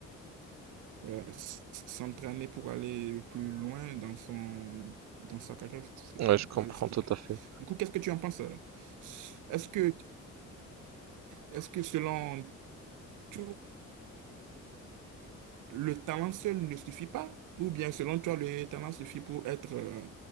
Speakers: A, on the right; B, on the right.
A: euh, s- s'entraîner pour aller plus loin dans son, dans sa carrière fo-
B: ouais,
A: fo-
B: je
A: footballistique.
B: comprends tout à fait.
A: Du coup, qu'est-ce que tu en penses? euh Est-ce que, est-ce que selon toi, le talent seul ne suffit pas? Ou bien selon toi, le talent suffit pour être euh,